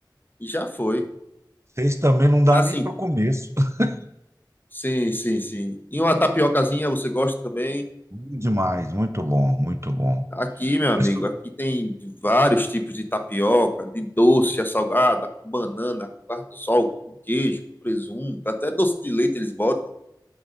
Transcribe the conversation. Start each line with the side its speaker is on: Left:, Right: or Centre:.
Left: e já foi.
Right: Seis também não dá
Left: Mas
Right: nem
Left: assim,
Right: para o começo. <laughs>
Left: sim, sim, sim. E uma tapiocazinha você gosta também?
Right: Bom Demais, muito bom, muito bom.
Left: Aqui, meu
Right: Pessoal,
Left: amigo, aqui tem vários tipos de tapioca, de doce, a salgada, com banana, com carne do sol, com queijo, com presunto, até doce de leite eles botam.